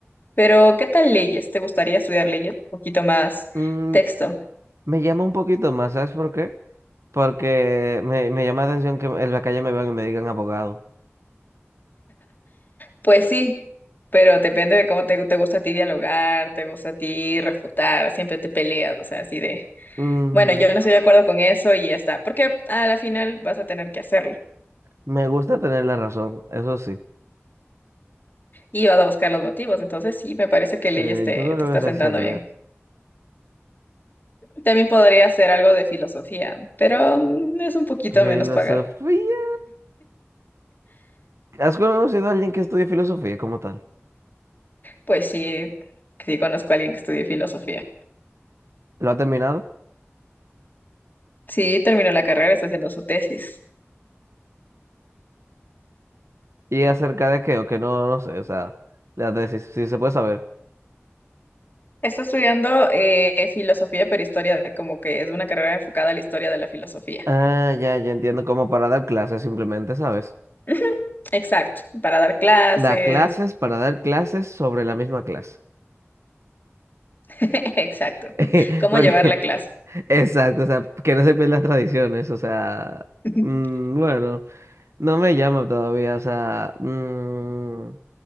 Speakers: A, on the left (about 40°); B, on the right (about 75°).
A: Pero, ¿qué tal leyes? ¿Te gustaría estudiar leyes? Un poquito más
B: Mm,
A: texto.
B: me llama un poquito más, ¿sabes por qué? Porque me, me llama la atención que en la calle me vean y me digan abogado.
A: Pues sí, pero depende de cómo te, te gusta a ti dialogar, te gusta a ti refutar, siempre te peleas, o sea, así de,
B: Mm,
A: bueno, yo no estoy de acuerdo con eso y ya está, porque a la final vas a tener que hacerlo
B: me gusta tener la razón, eso sí.
A: y vas a buscar los motivos, entonces sí, me parece que leyes
B: Sí,
A: te,
B: yo creo
A: te está
B: que esa
A: sentando
B: sería.
A: bien. También podría hacer algo de filosofía, pero mm, es un poquito
B: Filosofía.
A: menos pagado.
B: ¿Has conocido a alguien que estudie filosofía como tal?
A: Pues sí, sí conozco a alguien que estudie filosofía.
B: ¿Lo ha terminado?
A: Sí, terminó la carrera, está haciendo su tesis.
B: ¿Y acerca de qué? O que no, no sé, o sea, la tesis, si se puede saber.
A: Está estudiando eh, filosofía, pero historia, de- como que es una carrera enfocada a la historia de la filosofía.
B: Ah, ya, ya entiendo, como para dar clases simplemente, ¿sabes?
A: <laughs> Ujú, Exacto, para dar clases.
B: Da clases para dar clases sobre la misma clase.
A: <laughs> Exacto,
B: <laughs>
A: cómo
B: Porque,
A: llevar la clase.
B: exacto, o sea, que no se pierdan las tradiciones, o sea,
A: <laughs>
B: mm, bueno, no me llama todavía, o sea, mm,